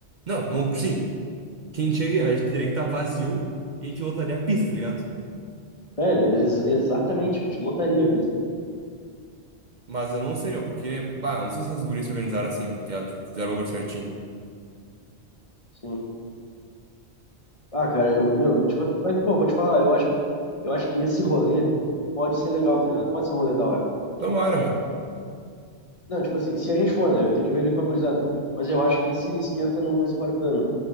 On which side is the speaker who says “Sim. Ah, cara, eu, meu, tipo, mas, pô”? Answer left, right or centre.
Left